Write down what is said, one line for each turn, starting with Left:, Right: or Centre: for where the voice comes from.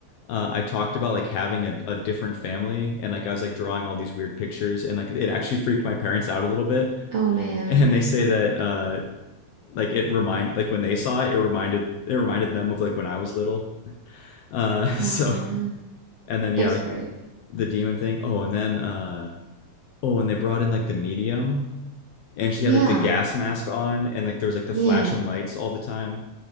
Left: uh, I talked about like having a, a different family, and like I was like drawing all these weird pictures, and like it actually freaked my parents out a little bit. <laughs>
Right: Oh, man.
Left: And they say that uh, like it remind like when they saw it, it reminded it reminded them of like when I was little. Uh, <laughs> so
Right: Oh, man.
Left: and then yeah,
Right: It was
Left: like
Right: great.
Left: the demon thing. Oh, and then uh oh, and they brought in like the medium and she had
Right: Yeah.
Left: like the gas mask on and like there's like the flashing
Right: Yeah.
Left: lights all the time.